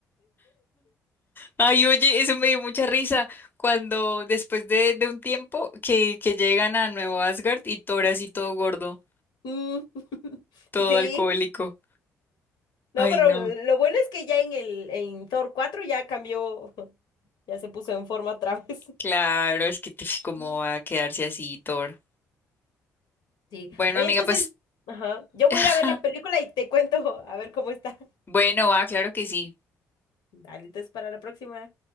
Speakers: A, on the left; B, on the left.
A: Ay, oye, eso me dio mucha risa cuando después de, de un tiempo que, que llegan a Nuevo Asgard y Thor así todo gordo,
B: Mm, <laughs>
A: todo
B: Sí,
A: alcohólico.
B: no,
A: Ay,
B: pero
A: no.
B: lo bueno es que ya en el en Thor cuatro ya cambió, <laughs> ya se puso en forma otra vez.
A: Claro, es que te- cómo
B: <laughs>
A: va a quedarse así Thor.
B: Sí.
A: Bueno,
B: Oye,
A: amiga,
B: entonces,
A: pues
B: ajá, yo voy
A: <laughs>
B: a ir a ver la película y te cuento a ver cómo está.
A: bueno, va, claro que sí.
B: Dale, entonces para la próxima.